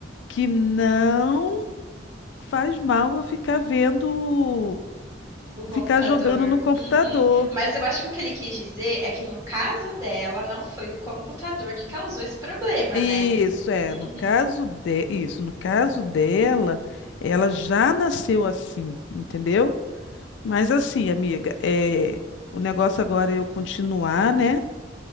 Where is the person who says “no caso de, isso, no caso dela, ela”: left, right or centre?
Left